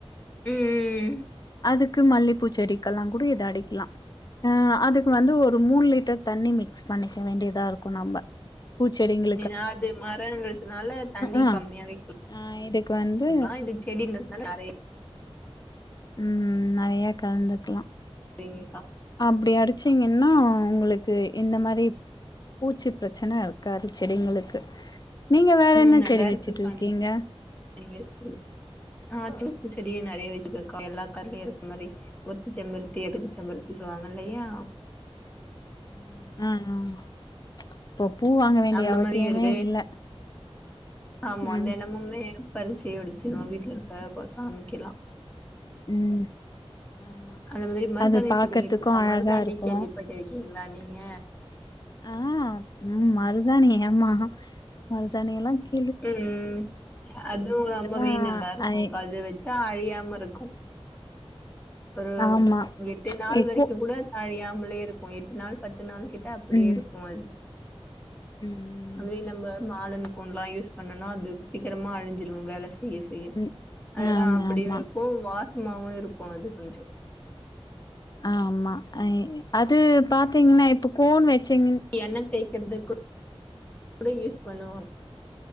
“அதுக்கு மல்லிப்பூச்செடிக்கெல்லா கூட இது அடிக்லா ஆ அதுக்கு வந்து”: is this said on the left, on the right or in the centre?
Left